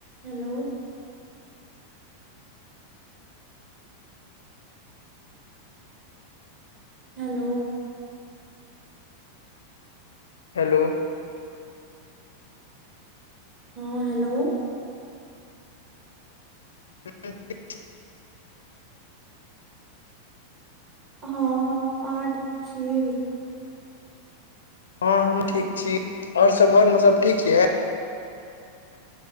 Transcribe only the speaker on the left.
hello
ह <inaudible>
हँ हमूह ठीक छी और सब आर मे सब ठीक ये